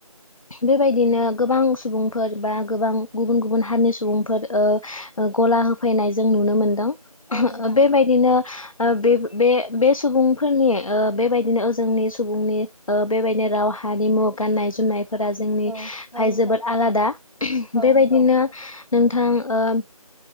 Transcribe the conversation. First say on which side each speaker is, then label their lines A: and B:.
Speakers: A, on the left (about 60°); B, on the left (about 75°).
A: बेबायदिनो गोबां सुबुंफोर बा गोबां गुबुन गुबुन हारिनि सुबुंफोर ओ ओ गला होफैनाय जों नु नुनो मोनदों। ओ
B: नोंथां
A: बेबायदिनो ओ बे बे-बे सुबुंफोरनि ओ बेबायदिनो ओ जोंनि सुबुंनि ओ बेबायदिनो राव हारिमु गाननाय जोमनायफोरा जोंनि
B: औ नोंथां औ
A: फाय
B: औ नोंथां
A: जोबोद आलादा।
B: औ
A: बेबायदिनो
B: नोंथां
A: नोंथां ओम